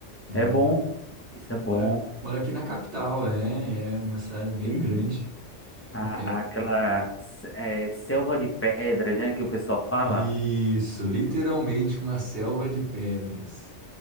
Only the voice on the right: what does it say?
É,
moro, moro aqui na capital, é, é uma cidade bem
grande.
É,
isso, literalmente uma selva de pedras.